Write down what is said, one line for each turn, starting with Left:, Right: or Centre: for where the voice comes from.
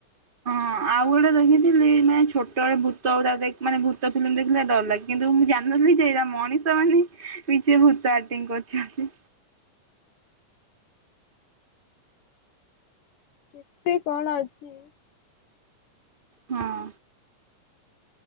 Right: ହଁ ଆଉ ଗୋଟେ ଦେଖିଥିଲି ମାନେ ଛୋଟବେଳେ ଭୂତ ଗୁଡ଼ାଦେଖି ମାନେ ଭୂତ ଫିଲ୍ମ ଦେଖିଲେ ଡର ଲାଗ କିନ୍ତୁ ମୁଁ ଜାନିନଥିଲି କିଏଇରା ମଣିଷମାନେ ନିଜେ ଭୂତ ଆଟିଂ କରୁଛନ୍ତି।
Left: କେତେ କଣ ଅଛି।
Right: ହଁ।